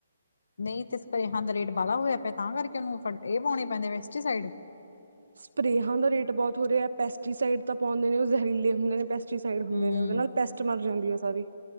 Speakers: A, on the left (about 80°); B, on the right (about 90°).
A: ਨਹੀਂ ਤੇ ਸਪਰੇਹਾਂ ਦਾ ਰੇਟ ਬਾਹਾ ਹੋਇਆ ਪਿਆ, ਤਾਂ ਕਰਕੇ ਉਹਨੂੰ ਫ ਇਹ ਪਾਉਣੇ ਪੈਂਦੇ ਵੈਸਟੀਸਾਈਡ।
B: ਸਪਰੇਹਾਂ ਦਾ ਰੇਟ ਬਹੁਤ ਹੋ ਰਿਹਾ ਹੈ ਪੈਸਟੀਸਾਈਡ ਤਾਂ ਪਾਉਂਦੇ ਨੇ ਉਹ ਜ਼ਹਿਰੀਲੇ ਹੁੰਦੇ ਨੇ। ਦੂਸਰੀ ਸਾਈਡ ਹੁੰਦੇ
A: ਹੂੰ
B: ਨੇ, ਉਹਦੇ ਨਾਲ ਪੈਸਟ ਮਰ ਜਾਂਦੀ ਆ ਸਾਰੀ।